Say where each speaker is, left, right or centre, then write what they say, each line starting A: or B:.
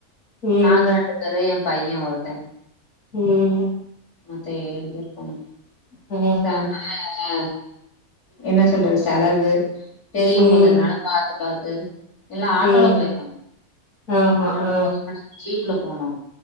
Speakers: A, on the left; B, on the left.
A: ம்
B: நாங்க ரெண்டு பேரு எ பைய ஒருத்த
A: ம்
B: மொத்த ஏழு பேர் போனோ
A: ஆ.
B: சாம் ஆ என்ன சொல்றது செலவு பெரியவங்க
A: ம்.
B: வந்ததுனால பாத்து பாத்து எல்லா ஆட்டோல
A: ம்.
B: போய்ர்லா
A: ஆமா.
B: ஆட்டோல
A: ஆ.
B: போன கீல்ல போனோ